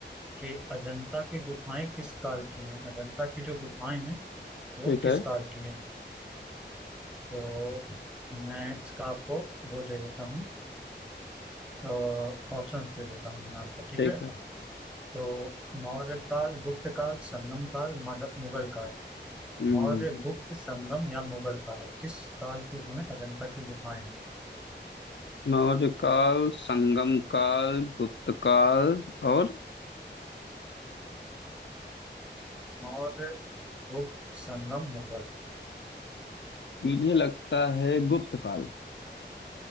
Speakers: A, in the centre; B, on the left (about 75°).
A: कि अजंता की गुफाएं किस काल की हैं अजंता की जो गुफाएं हैं वो
B: ठीक
A: किस
B: है
A: काल की हैं तो मैं इसका आपको वो दे देता हूँ ऑप्शंस दे देता हूँ मैं आपको ठीक
B: ठीक
A: है
B: है
A: तो मौर्य काल गुप्त काल संगम काल मग- मुगल काल
B: हम्म,
A: मौर्य गुप्त संगम या मुगल काल किस काल की जो है अजंता की गुफाएं हैं?
B: मौर्य काल संगम काल गुप्त काल और
A: मौर्य गुप्त संगम मुगल
B: मुझे लगता है गुप्त काल